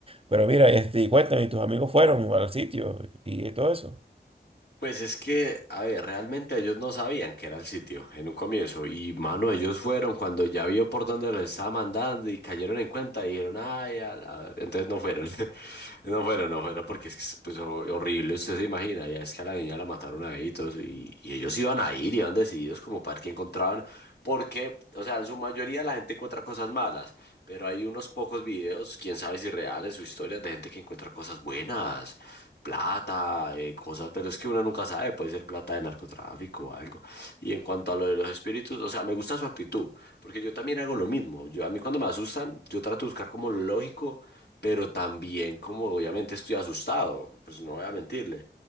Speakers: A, on the right; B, on the left.
A: Pero mira, este, y cuéntame, ¿y tus amigos fueron al sitio y todo eso?
B: Pues es que, a ver, realmente ellos no sabían que era el sitio en un comienzo y mano, ellos fueron cuando ya vio por dónde lo estaba mandando y cayeron en cuenta y dijeron, ay, a la ver-". entonces no fueron, <laughs> no fueron, no fueron porque es que es, pues, ho- horrible, usted se imagina, ya es que a la niña la mataron ahí y todo eso y, y ellos iban a ir, iban decididos como para ver qué encontraban porque, o sea, en su mayoría la gente encuentra cosas malas, pero hay unos pocos videos, quién sabe si reales o historias de gente que encuentra cosas buenas plata, eh, cosas, pero es que uno nunca sabe, puede ser plata de narcotráfico o algo. Y en cuanto a lo de los espíritus, o sea, me gusta su actitud, porque yo también hago lo mismo. Yo, a mí cuando me asustan, yo trato de buscar como lo lógico, pero también como obviamente estoy asustado, pues no voy a mentirle.